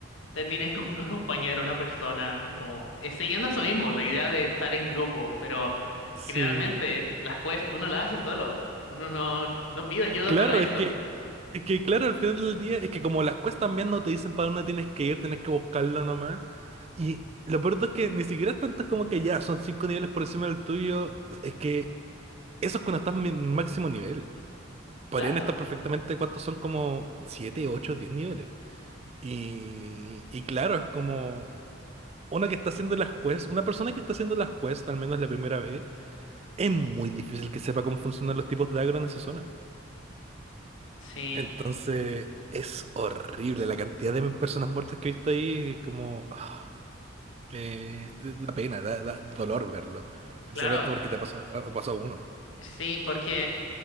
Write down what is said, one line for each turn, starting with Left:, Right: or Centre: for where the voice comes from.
Left: te tienes que <laughs> ac- acompañar a una persona, como eh, siguiendo eso mismo, la idea de estar en grupo, pero
Right: sí.
Left: generalmente las quests uno las hace solo, uno no, no pide ayuda
Right: Claro,
Left: para eso.
Right: es que, es que claro, al final del día, es que como las cuestas también no te dicen para dónde tienes que ir, tienes que buscarlo nomás. Y lo peor es que ni siquiera es tanto como que ya son cinco niveles por encima del tuyo, es que eso es cuando estás en mi máximo nivel. podrían
Left: Claro,
Right: estar perfectamente cuántos son como 7 8 10 niveles. Y, y claro, es como una que está haciendo las quests, una persona que está haciendo las quests, al menos la primera vez, es muy difícil que sepa cómo funcionan los tipos de agro en esa zona.
Left: sí,
Right: Entonces, es horrible la cantidad de personas muertas que he visto ahí, como ah, eh, da pena, da, da dolor verlo. Especialmente
Left: claro,
Right: porque te pasó, ha pasado uno.
Left: sí, porque...